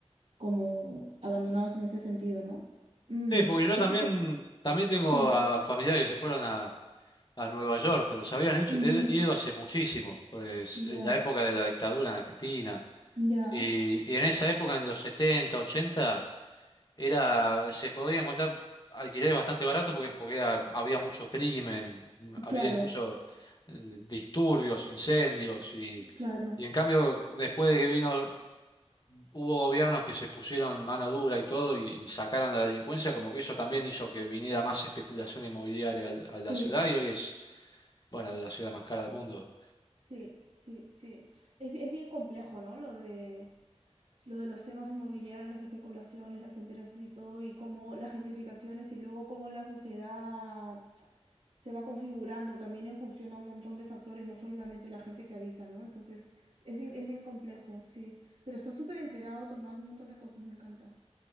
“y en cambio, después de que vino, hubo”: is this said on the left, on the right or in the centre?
Left